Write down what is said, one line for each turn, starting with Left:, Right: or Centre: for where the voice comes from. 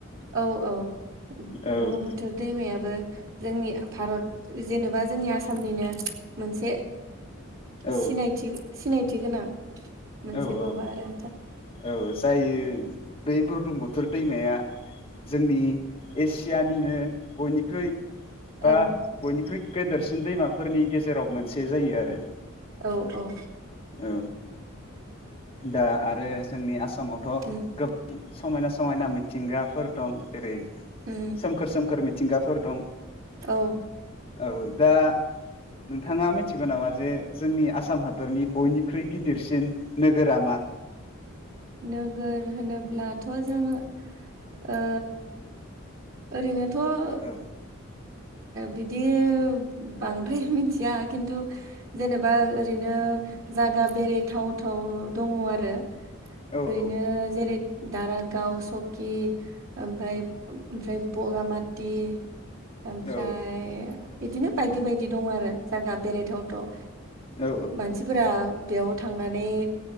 Right: औ औ
Left: औ
Right: बुरलुंबुथुर दैमायाबो जोंनि भारत जेनेबा जोंनि आसामनिनो मोनसे
Left: औ
Right: सिनायथि सिनायथि गोनां मोनसे
Left: औ औ
Right: माबा आरो
Left: औ जायो बै बुरलुंबुथुर थुर दैमाया जोंनि एसियानिनो बयनिख्रुइ
Right: औ
Left: बा बयनिख्रुइ गेदेरसिन दैमाफोरनि गेजेराव मोनसे जायो आरो
Right: औ औ
Left: औ दा आरो जोंनि आसामावथ'
Right: उम
Left: गोबां समायना समायना मिथिंगाफोर दं जेरै
Right: उम
Left: सोमखोर सोमखोर मिथिंगाफोर दं
Right: औ
Left: औ दा नोंथाङा मिथिगौ नामा जे जोंनि आसाम हादरनि बयनिख्रुइ गिदिरसिन नोगोरा मा
Right: नोगोर होनोब्लाथ' जोङो ओ ओरैनोथ'
Left: औ
Right: बिदि बांद्राय मिथिया खिन्थु जेनेबा ओरैनो जायगा बेरायथाव थाव दङ आरो
Left: औ
Right: ओरैनो
Left: औ
Right: जेरै दारागाव सकि ओमफ्राय ओमफ्राय बगामाथि ओमफ्राय
Left: औ
Right: बिदिनो बायदि बायदि दं आरो जायगा बेरायथावथाव
Left: औ
Right: मानसिफोरा बेयाव थांनानै